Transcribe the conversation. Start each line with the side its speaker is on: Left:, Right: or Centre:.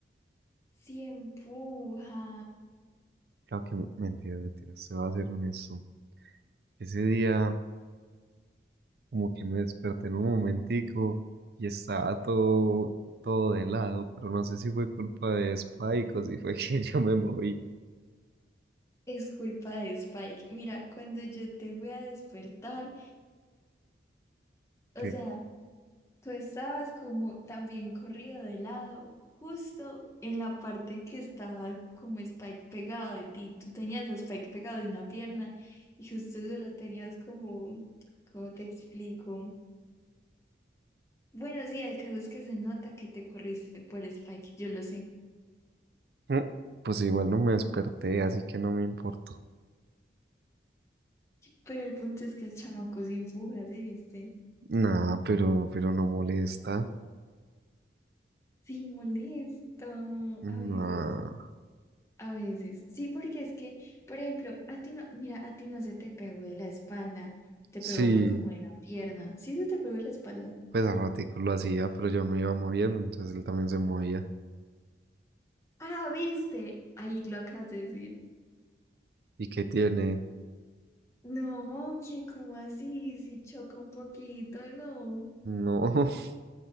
Left: Si empuja.
Right: Claro que mentira, mentira, se va a ser honesto. Ese día como que me desperté en un momentico y estaba todo, todo de lado, pero no sé si fue culpa de Spike o si fue <laughs> que yo me moví.
Left: Es culpa de Spike. Mira, cuando yo te fui a despertar, o
Right: Que,
Left: sea, tú estabas como también corrido de lado, justo en la parte que estaba como Spike pegado de ti. Tú tenías a Spike pegado de una pierna y justo eso lo tenías como, ¿cómo te explico? Bueno, sí, el caso es que se nota que te corriste por Spike, yo lo sé.
Right: mm, pues igual no me desperté, así que no me importó.
Left: Pero el punto es que el chamaco sí empuja, ¿sí viste?
Right: Nah, pero, pero no molesta.
Left: Sí, molesto,
Right: Nah.
Left: a veces, a veces. Sí, porque es que, por ejemplo, a ti no, mira, a ti no se te pegó de la espalda, se te
Right: Sí,
Left: pegó fue como de la pierna. Sí, se te pegó de la espalda.
Right: pues a ratico lo hacía, pero yo me iba moviendo, entonces él también se movía.
Left: Ah, viste, ahí lo acabas de decir.
Right: ¿Y qué tiene?
Left: No, que como así, si choco un poquito, no.
Right: No, <laughs>